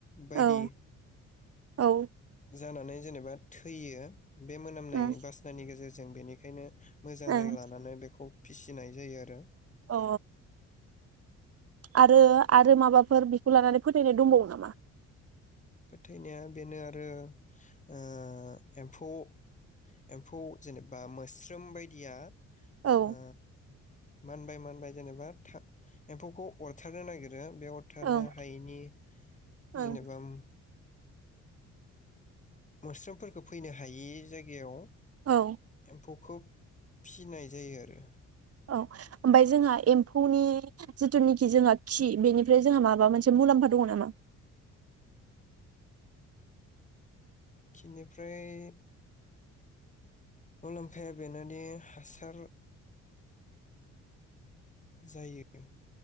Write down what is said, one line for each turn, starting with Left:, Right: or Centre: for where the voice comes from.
Left: बायदि
Right: औ औ
Left: जानानै जेनेबा थैयो बे मोनामनाय
Right: उम
Left: बासनि गेजेरजों जों बेनिखायनो मोजां
Right: ओं
Left: जायगा लानानै बेखौ फिसिनाय जायो आरो
Right: औ आरो आरो माबाफोर बेखौ लानानै फोथायनाय दंबावो नामा
Left: फोथायनाया बेनो आरो ओ एम्फौ-एम्फौ जेनेबा मोस्रोम बायदिया ओ
Right: औ
Left: मानबाय मानबाय जेनेबा था एम्फौखौ अरथारनो नागि आरो बे अरथारनो
Right: ओं
Left: हायैनि
Right: ओं
Left: जेनेबा उम मोस्रोमफोरखौ फैनो हायि जायगायाव
Right: औ
Left: एम्फौखोब फिसिनाय जायो आरो
Right: औ ओमफाय जोंहा एम्फौनि जिथुनिखि जोंहा खि बेनिफ्राय जोंहा माबा मोनसे मुलाम्फा दङ नामा?
Left: खिनिफ्राय मुलाम्फाया बेनादि हासार जायो